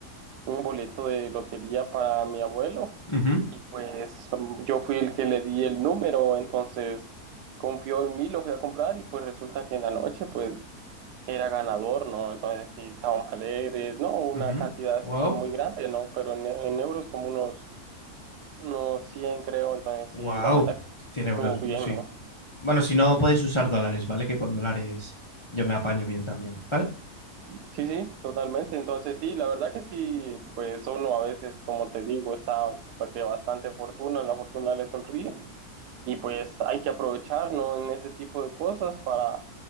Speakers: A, on the right; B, on the left.
A: un boleto de lotería para mi abuelo
B: ujú,
A: y pues mm, yo fui el que le di el número, entonces confió en mí, lo fui a comprar y pues resulta que en la noche pues era ganador, ¿no? Entonces sí, estábamos alegres, ¿no? Una
B: ujú,
A: cantidad así
B: wow,
A: muy grande, ¿no? Pero en, en euros como unos, unos 100 creo, entonces
B: wow,
A: sí, la verdad
B: 100 euros,
A: estuvo bien,
B: sí.
A: ¿no?
B: Bueno, si no, puedes usar dólares, ¿vale? Que con dólares yo me apaño bien también, ¿vale?
A: Sí, sí, totalmente. Entonces, sí, la verdad que sí, pues uno a veces, como te digo, está de bastante fortuna, la fortuna le sonríe Y pues hay que aprovechar, ¿no? En ese tipo de cosas para